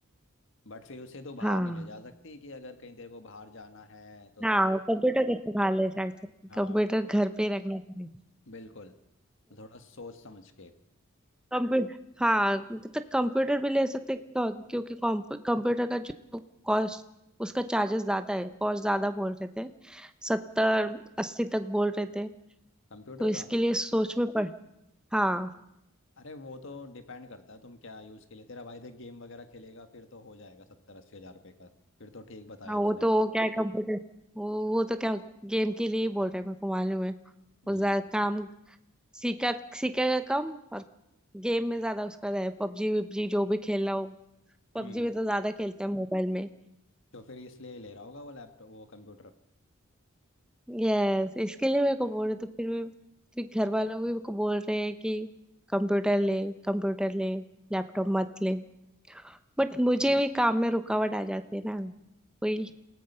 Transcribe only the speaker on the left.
बट फिर उसे तो बाहर
नहीं ले जा सकती कि अगर कहीं तेरे को बाहर जाना है तो तेरे
को
हाँ
बिल्कुल तो थोड़ा सोच समझ के
कंप्यूटर
का
अरे वो तो डिपेंड करता है तुम क्या यूज़ के लिए तेरा भाई देख गेम वगैरह खेलेगा फिर तो हो जाएगा सत्तर अस्सी हज़ार रुपये का फिर तो ठीक बताया
उसने
हम्म
हम्म
तो फिर इसलिए ही ले रहा होगा वो लैपटॉप वो कंप्यूटर